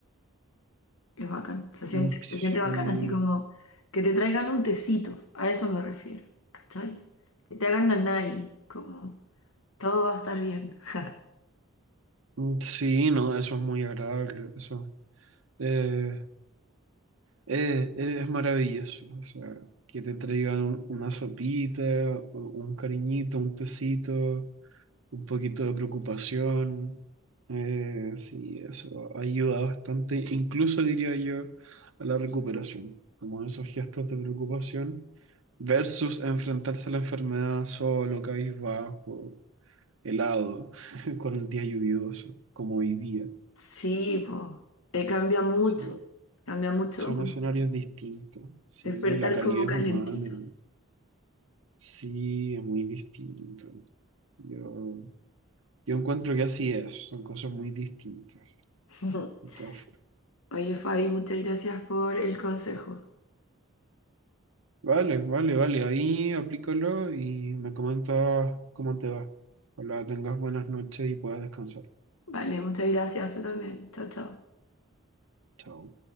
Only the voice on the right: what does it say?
mm,
sí,
mm, sí, no, eso es muy agradable. Eso. Eh, Eh, eh, es maravilloso, o sea, que te traigan un- una sopita, u- un cariñito, un tecito, un poquito de preocupación. Eh, sí, eso ayuda bastante, incluso diría yo, a la recuperación, como esos gestos de preocupación versus enfrentarse a la enfermedad solo, cabizbajo, helado, <laughs> con el día lluvioso, como hoy día.
Son,
son
escenarios distintos, sí,
la calidez
humana. Sí, es muy distinto. Yo, yo encuentro que así es, son cosas muy distintas.
de todas formas.
Vale, vale, vale, ahí aplícalo y me comentas cómo te va. Ojalá tengas buenas noches y puedas descansar.
Chao.